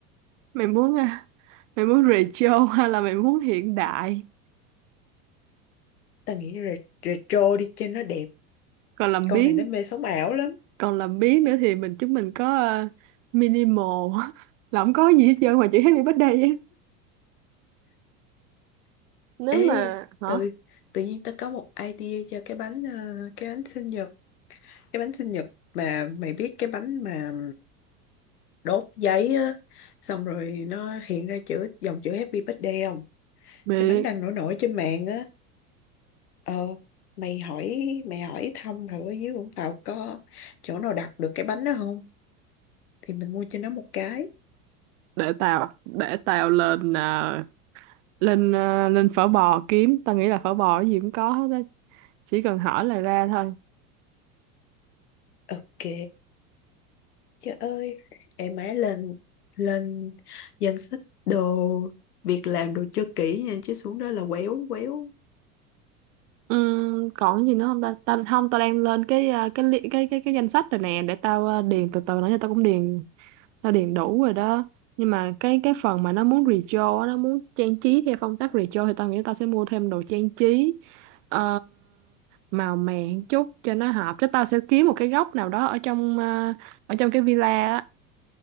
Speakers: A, on the right; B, on the left.
A: mày muốn à, mày muốn retro hay là mày muốn hiện đại?
B: tao nghĩ re- retro đi cho nó đẹp
A: Còn làm
B: con
A: biếng
B: này nó mê sống ảo lắm
A: còn làm biếng nữa thì mình chúng mình có ờ, minimal <laughs> là không có gì hết trơn ngoài chữ happy birthday ấy. nếu
B: ê
A: mà hả
B: tự tự nhiên tao có một idea cho cái bánh ờ, cái bánh sinh nhật cái bánh sinh nhật mà mày biết cái bánh mà đốt giấy á xong rồi nó hiện ra chữ dòng chữ Happy Birthday không
A: biết
B: cái bánh đang nổi nổi trên mạng á ờ mày hỏi mày hỏi thăm thử ở dưới Vũng Tàu có chỗ nào đặt được cái bánh đó không thì mình mua cho nó một cái
A: để tao để tao lên à, lên à, lên phở bò kiếm tao nghĩ là phở bò cái gì cũng có hết á chỉ cần hỏi là ra thôi
B: ok trời ơi em má lên lên danh sách đồ việc làm đồ cho kỹ nha chứ xuống đó là quéo quéo
A: Ừm, còn gì nữa không ta? ta không tao đang lên cái ờ, cái li- cái cái cái danh sách rồi nè để tao ờ, điền từ từ nữa cho tao cũng điền nó điền đủ rồi đó nhưng mà cái cái phần mà nó muốn retro á nó muốn trang trí theo phong cách retro thì tao nghĩ tao sẽ mua thêm đồ trang trí ờ, màu mè một chút cho nó hợp chứ tao sẽ kiếm một cái góc nào đó ở trong ờ, ở trong cái villa á